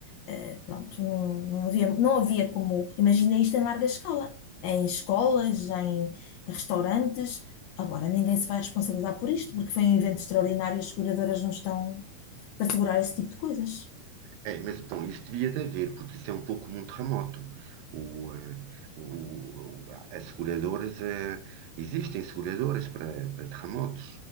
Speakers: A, on the left; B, on the right.
A: ah, pronto, não, não havia, não havia como, imagina isto em larga escala, em escolas, em restaurantes, agora ninguém se vai responsabilizar por isto, porque foi um evento extraordinário e as seguradoras não estão para segurar esse tipo de coisas.
B: É, mas, bom, isso devia de haver, porque isso é um pouco como um terremoto. O, eh, o- as seguradoras, eh, existem seguradoras para, para terremotos